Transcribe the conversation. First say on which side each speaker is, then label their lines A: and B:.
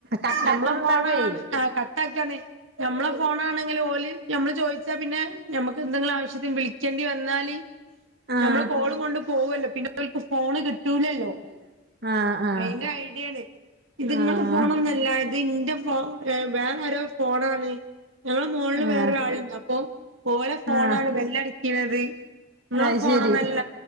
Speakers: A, on the right; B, on the right.
A: കട്ടാക്കണ്
B: നമ്മളെ ഫോണാണ്
A: ണ്ടാവേ
B: ആഹ് കട്ടാക്കാണ് ഞമ്മളെ ഫോണാണെങ്കിലിലോല് ഞമ്മള് ചോയ്ച്ചാ പിന്നെ ഞമ്മക്കെന്തെങ്കിലും ആവശ്യത്തിന് വിളിക്കെണ്ടി വന്നാല്
A: ആഹ്
B: നമ്മള് കോളും കൊണ്ട് പോകല്ലോ പിന്നെ അവർക്ക് ഫോൺ കി കിട്ടൂലല്ലോ
A: ആഹ് ആഹ്
B: അയിന്റെ ഐഡിയാണ്. ഇത്ങ്ങളെ
A: ആഹ്
B: ഫോണൊന്നൊല്ല. ഇത് ഇന്റെ ഫോ വേറെ രോ ഫോണാണ്. ഞങ്ങളെ മോളില്
A: ആഹ്
B: വേറൊരാള്ണ്ട് അപ്പൊ ഓലെ ഫോണാണ്
A: ആഹ്
B: ബെ ല്ലടിക്ക്ണത്. ഇങ്ങളെ
A: അത്
B: ഫോണൊന്നല്ല
A: ശരി